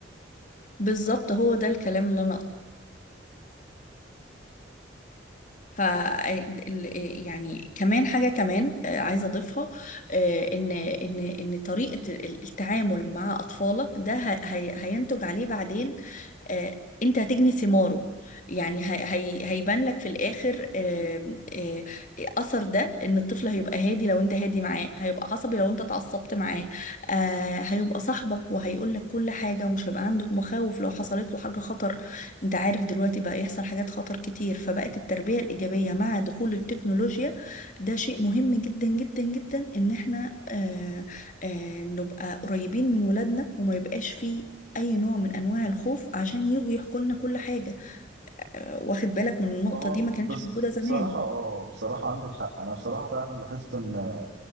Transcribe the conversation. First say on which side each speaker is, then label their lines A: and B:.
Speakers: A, on the left (about 40°); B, on the right (about 60°).
A: بالظبط هو ده الكلام اللي أنا أقصده ف آه، ال- آه، يعني كمان حاجة كمان آه، عايزة أضيفها آه، إن إن إن طريقة ال- التعامل مع أطفالك ده ه- هي- هينتج عليه بعدين آه، انت هتجني ثماره يعني هي هي هيبان لك في الاخر آه، آه، اثر ده ان الطفل هيبقى هادي لو انت هادي معاه هيبقى عصبي لو انت اتعصبت معاه آه، هيبقى صاحبك وهيقول لك كل حاجة ومش هيبقى عندك مخاوف لو حصلت له حاجة خطر انت عارف دلوقتي بقى يحصل حاجات خطر كتير فبقت التربية الإيجابية مع دخول التكنولوجيا ده شيء مهم جدا جدا جدا ان احنا آه، آه، نبقى قريبين من ولادنا وما يبقاش فيه اي نوع من انواع الخوف عشان يجوا يحكوا لنا كل حاجه آه، واخد بالك من النقطه
B: هو
A: دي ما كانتش
B: بس
A: موجوده زمان
B: بصراحة اه بصراحة عندك حق أنا بصراحة فعلا لاحظت إن